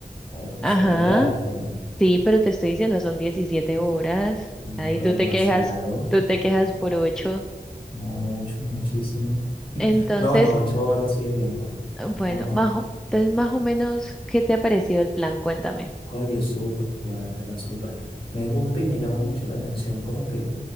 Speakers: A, on the left; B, in the centre.
A: era un
B: Ajá,
A: solo viaje.
B: sí, pero te estoy diciendo, son 17 horas.
A: No,
B: Ahí
A: pero
B: tú
A: demasiado.
B: te quejas, tú te quejas por ocho.
A: No, mucho, muchísimo. <laughs>
B: Entonces,
A: No, no, ocho horas sí es bien, pues,
B: Bueno,
A: normal.
B: más o- entonces más o menos, ¿qué te ha parecido el plan? Cuéntame.
A: Oye, súper, la verdad, súper. Me gusta y me llama mucho la atención como que